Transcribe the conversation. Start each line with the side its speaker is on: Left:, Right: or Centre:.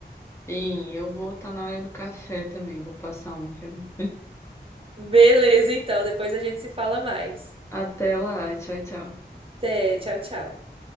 Left: Sim, eu vou estar na hora do café também. Vou passar um pra mim.
Right: Beleza, então, depois a gente se fala mais.
Left: Até lá. Tchau, tchau.
Right: Até, tchau, tchau.